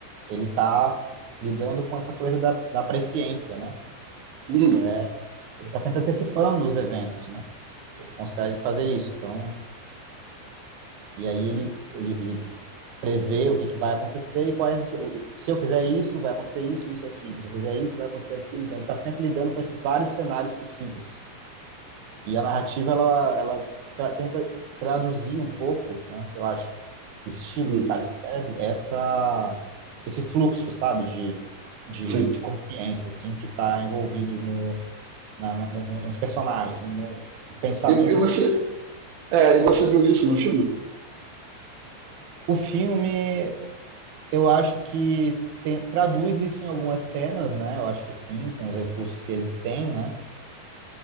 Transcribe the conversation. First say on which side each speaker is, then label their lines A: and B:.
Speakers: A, on the right (about 65°); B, on the right (about 85°).
A: ele tá lidando com essa coisa da, da presciência, né?
B: Uhum.
A: E é- ele tá sempre antecipando os eventos, né? Ele consegue fazer isso, então, e aí ele, ele, ele prever o que, que vai acontecer e quais. Se eu fizer isso, vai acontecer isso, isso e aquilo. Se eu fizer isso, vai acontecer aquilo. Então, ele está sempre lidando com esses vários cenários possíveis. E a narrativa, ela, ela tra tenta traduzir um pouco, né, eu acho, o estilo
B: Uhum.
A: que o cara escreve, essa, esse fluxo, sabe, de, de,
B: Sim.
A: de consciência, assim, que está envolvido no, na, na, no, nos personagens, no, no pensamento
B: E, e você,
A: do personagem.
B: é, e você viu isso no filme?
A: O filme, Eu acho que tem- traduz isso em algumas cenas, né? Eu acho que sim, com os recursos que eles têm, né?